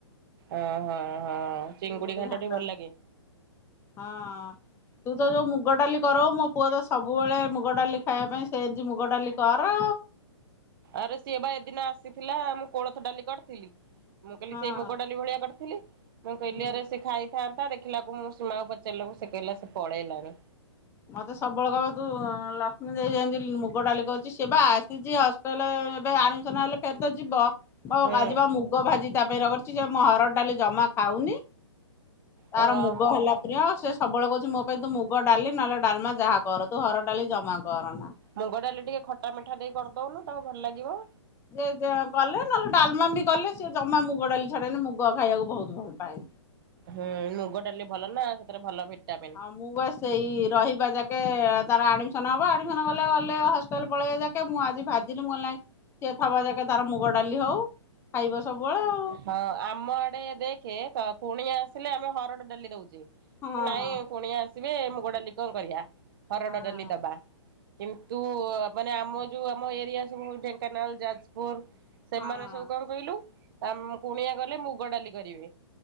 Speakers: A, on the right; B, on the left.
A: ଓ ହଁ ହଁ। ଚିଙ୍ଗୁଡି
B: ମୁଢ଼ି
A: ଘାଣ୍ଟଟି
B: ଘାଣ୍ଟ
A: ଭଲ ଲାଗେ।
B: ହଁ। ତୁ ତ ଯୋଉ ମୁଗ ଡାଲି କରଉ, ମୋ ପୁଅ ତ ସବୁବେଳେ ମୁଗ ଡ଼ାଲି ଖାଇବା ପାଇଁ ସେମିତି ମୁଗ ଡାଲି କର।
A: ଆରେ ସିଏ ବା ଏଦିନ ଆସିଥିଲା, ମୁଁ କୋଳଥ ଡାଲି କରିଥିଲି। ମୁଁ କହିଲି
B: ହଁ
A: ସେଇ ମୁଗ ଡାଲି ଭଳିଆ କରିଥିଲି। ମୁଁ କହିଲି
B: ହୁଁ
A: ଆରେ ସେ ଖାଇଥାନ୍ତା ଦେଖ ଖିଲାକୁ, ମୁଁ ସୁମାକୁ ପଚାରିଲୁ ସେ କହିଲା ସେ ପଳେଇଲାଣି।
B: ମତେ ସବୁବେଳେ କହିବ ତୁ ଲକ୍ଷ୍ମୀ ଦେଇ ଯେମିତି ମୁଗ ଡାଲି କରୁଛି। ସେ ବା ଆସିଛି ଅ କଲେ ଏବେ ଆଡମିଶନ୍ ହେଲେ ଫେର ତ ଯିବ। ହ
A: ହୁଁ
B: ଆଜିିବା ମୁଗ ଭାଜି ତା ପାଇଁ ରଗଡିଛି ଯେ, ମ ହରଡ଼ ଡାଲି ଜମା ଖାଉନି। ତାର
A: ହଁ
B: ମୁଗ ହେଲା ପ୍ରିୟ, ସେ ସବୁବେଳେ କହୁଛି ମୋ ପାଇଁ ତୁ ମୁଗ ଡାଲି ନହେଲେ ଡାଲମା ଯାହା କର ତୁ ହରଡ ଡାଲି ଜମା କର ନା।
A: ମୁଗ ଡ଼ାଲି ଟିକେ ଖଟା ମିଠା ଦେଇ କରିଦେଉନୁ ତାକୁ ଭଲ ଲାଗିବ।
B: ଯେ କେ କଲେ ନହେଲେ ଡାଲମା ବି କଲେ, ସେ ଜମା ମୁଗ ଡାଲି ଛାଡେନି ମୁଗ ଖାଇବାକୁ ବହୁତ ଭଲ ପାଏ।
A: ହୁଁ ମୁଗ ଡାଲି ଭଲ ନା ସେଥିରେ ଭଲ ଭିଟାମିନ।
B: ହଁ ମୁଁ ବା ସେଇ ରହିବା ଯାକେ ତାର ଆଡମିସନ ହବ ଆଡମିସନ ଗଲେ ଗଲେ ହଷ୍ଟେଲ ପଳେଇବ ଯେ ମୁଁ ଆଜି ଭାଜିଲି ମୁଁ କହିଲି ନାଇଁ ସିଏ ଥବା ଯାକେ ତାର ମୁଗ ଡାଲି ହଉ ଖାଇବ ସବୁବେଳେ ଆଉ।
A: ହଁ ଆମ ଆଡେ ଦେଖେ ସ କୁଣିଆ ଆସିଲେ ଆମେ ହରଡ ଡାଲି ଦଉଛେ।
B: ହଁ
A: ନାଇଁ କୁଣିଆ ଆସିବେ ମୁଗ ଡାଲି କଣ କରିବା ହରଡ
B: ହଁ
A: ଡାଲି ଦବା। କିନ୍ତୁ ମାନେ ଆମ ଯୋଉ ଆମ ଏରିଆ ସବୁ ଢେଙ୍କାନାଳ ଯାଜପୁର ସେମାନେ
B: ହଁ
A: ସବୁ କଣ କହିଲୁ ଅ କୁଣିଆ ଗଲେ ମୁଗ ଡାଲି କରିବେ।